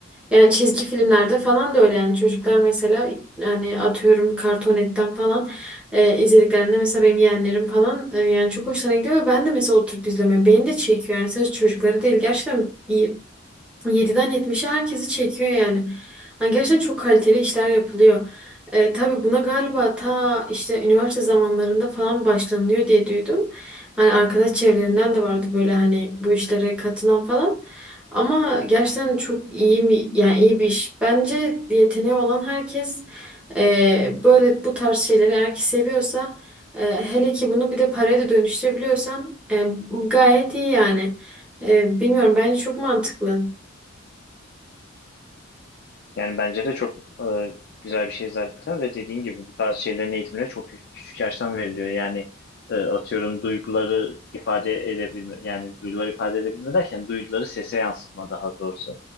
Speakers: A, in the centre; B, on the left.
A: Yani çizgi filmlerde falan da öyle yani çocuklar mesela yani atıyorum Kartonet'ten falan e, izlediklerinde mesela benim yeğenlerim falan e, yani çok hoşlarına gidiyor ve ben de mesela oturup izlemeye Yani beni de çekiyor yani sadece çocukları değil gerçekten iyi Yediden yetmişe herkesi çekiyor yani. Yani gerçekten çok kaliteli işler yapılıyor. E, tabii buna galiba ta işte üniversite zamanlarında falan başlanılıyor diye duydum. Hani arkadaş çevrelerinden de vardı böyle hani bu işlere katılan falan. Ama gerçekten çok iyi mi yani iyi bir iş. Bence yeteneği olan herkes e, böyle bu tarz şeyleri eğer ki seviyorsa e, hele ki bunu bir de paraya da dönüştürebiliyorsan e, gayet iyi yani. E, bilmiyorum bence çok mantıklı.
B: Yani bence de çok e, güzel bir şey zaten ve dediğin gibi bu tarz şeylerin eğitimine çok kü- küçük yaştan veriliyor. Yani e, atıyorum duyguları ifade edebilme yani duyguları ifade edebilme derken duyguları sese yansıtma daha doğrusu.